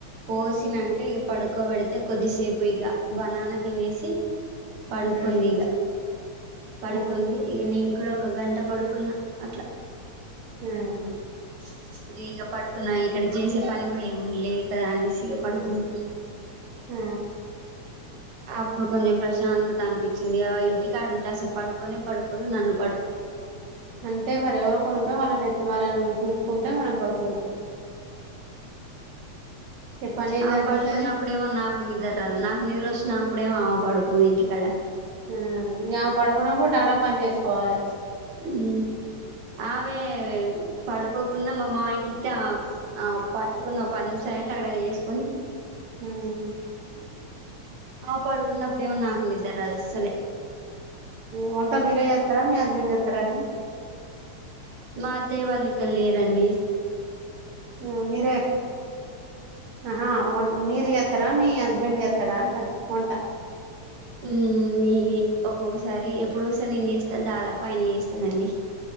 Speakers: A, on the right; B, on the right.
A: పోసినంక ఇగ పడుకో వెడితే కొద్దిసేప్ ఇగ బనానా తినేసి పడుకుంది
B: హ్మ్
A: ఇగ పడుకుంది
B: ఆహా!
A: ఇగ నేన్ కూడ క గంట పడుకున్న అట్ల
B: హూ
A: నే ఇగ పడుకున్నా ఇక్కడ చేసే పని కూడా ఏమి ఉండలేదు కదా అనేసి ఇగ పడుకున్న
B: ఆ
A: అప్పుడు కొంచెం ప్రశాంతత అనిపించింది ఇగా ఇంటికాడుంట అసలు పడుకోనే పడుకోదు నన్ను పడు
B: అంతే మరి ఎవరొ ఒకలుంటే వాళ్ళనెత్తు వాళ్ళని చూసుకుంటే మనం పడుకోవొచ్చు ఈ పనే
A: అవ్
B: సరిపోతది.
A: పడుకున్నప్పుడేమన్నా నిదర్రాదు నాకు నిదరోస్తునప్పుడేమో ఆమె పడుకోదు ఇంటికాడ
B: ఆ యామె పడుకున్నప్పుడు, టకటక పని చేసుకోవాలె
A: ఊ ఆమే పడుకోకున్నా మా మావయకి త్తె ఆ పట్టుకున్న పది నిమిషాలైన టకటక చేసుకుని
B: హ్మ్.
A: వస్తయిలే గని ఆమె పడుకున్నప్పుడేమో నాకు నిద్దు అస్సలే
B: వంట మీరే చెత్తారా మీ హస్బెండ్ చెత్తారా అండి
A: మా అత్తయ్య వాళ్ళిఇక్కల్లేరండి
B: ఆ మీరే అహా ఒన్ మీరు చే స్తరా మీ హస్బెండ్ చేత్తడా అంటన ఒంట
A: హ్మ్ మీ ఒక్కొక్కసారి ఎప్పుడో ఒకసారి నేను చేస్తా దాదాపు ఆయన చేస్తడండి.